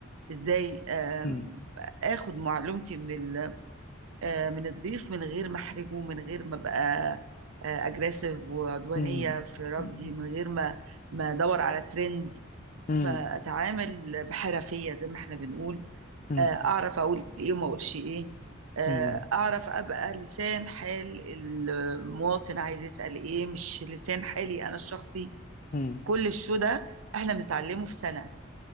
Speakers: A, on the right (about 75°); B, on the left (about 40°).
A: إزاي آم،
B: مم.
A: آخد معلومتي من ال آه، من الضيف من غير ما احرجه من غير ما ابقى اجريسيف وعدوانيه
B: مم.
A: في ردي
B: مم.
A: من غير ما ما ادور على ترند
B: مم.
A: فاتعامل بحرفيه زي ما احنا بنقول
B: مم.
A: آه، اعرف اقول ايه وما اقولش ايه آه،
B: امم
A: اعرف ابقى لسان حال المواطن عايز يسال ايه مش لسان حالي انا الشخصي
B: امم
A: كل الشو ده احنا بنتعلمه في سنه